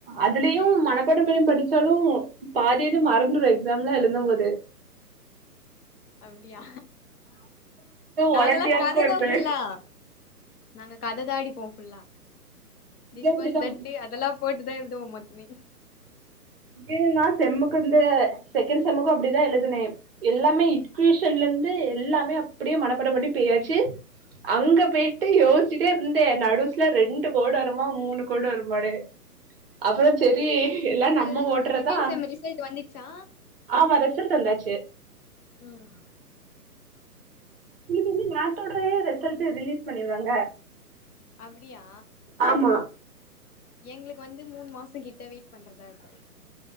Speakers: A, on the right; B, on the left.
A: அதுலயும் மனப்பாடம் பண்ணி படிச்சாலும் பாதி இது மறந்துரும் எக்ஸாம்லாம் எழுந்தும் போது
B: அப்படியா நாங்கல்லாம்
A: ஒளத்தியாக்கு
B: கத
A: இருப்பே
B: தான் ஃபுல்லா நாங்க கத தான் அடிப்போம் ஃபுல்லா
A: இதே
B: திஸ்
A: அப்டிதா
B: வாஸ் தட் அதெல்லாம் போட்டு தான் எழுதுவோம் மொத்தமே
A: எழுதலாம் செம்முக்கு இந்த செகண்ட் செம்முக்கும் அப்படிதான் எழுதுனேன் எல்லாமே இக்யஷன்ல இருந்து எல்லாமே அப்படியே மனப்பாடம் பண்ணி போயாச்சு அங்க போய் யோசிச்சிட்டே இருந்தேன் நடுசல ரெண்டு கோடு வருமா மூணு கோடு வருமானு அப்புறம் செரி எல்லாம்
B: உங்களது
A: நம் ம்ம போட்டுறதா
B: செகண்ட் செம் ரிசல்ட் வந்துச்சா
A: ஆமா ரிசல்ட் வந்தாச்சு
B: ம்
A: இதுக்கு வந்து நேத்தோடய ரிசல்ட் ரிலீஸ் பண்ணிடுவாங்க
B: அப்டியா
A: ஆமா
B: எங்களுக்கு வந்து மூணு மாசம் கிட்ட வெயிட் பண்றதா இருக்கும்